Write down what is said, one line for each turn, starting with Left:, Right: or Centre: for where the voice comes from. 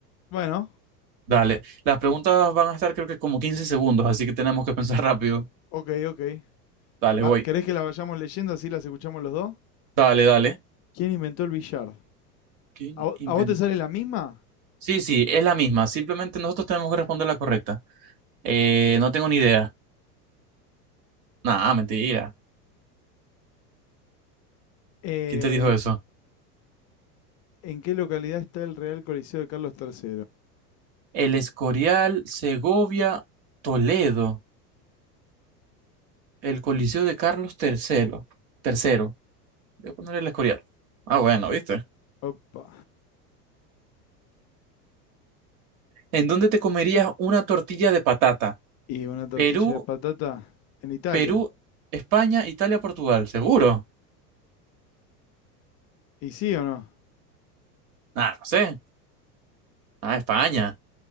Left: Bueno,
Right: Dale, las preguntas van a estar creo que como 15 segundos, así que tenemos que pensar <laughs> rápido.
Left: ok, ok.
Right: Dale,
Left: La-
Right: voy.
Left: ¿Querés que la vayamos leyendo así las escuchamos los dos?
Right: Dale, dale.
Left: ¿Quién inventó el billar?
Right: ¿Quién
Left: ¿A, vo-
Right: inventó?
Left: a vos te sale la misma?
Right: Sí, sí, es la misma. Simplemente nosotros tenemos que responder la correcta. Eh, no tengo ni idea. Nah, mentira.
Left: Eh,
Right: ¿Quién te dijo eso?
Left: ¿en qué localidad está el Real Coliseo de Carlos III?
Right: El Escorial, Segovia, Toledo, el Coliseo de Carlos III. Tercero. Voy a poner el Escorial. Ah, bueno, ¿viste?
Left: Opa.
Right: ¿En dónde te comerías una tortilla de patata?
Left: ¿Y una tortilla
Right: Perú,
Left: de patata? En Italia.
Right: Perú, España, Italia, Portugal. ¿Seguro?
Left: ¿Y sí o no?
Right: Ah, no sé. Ah, España,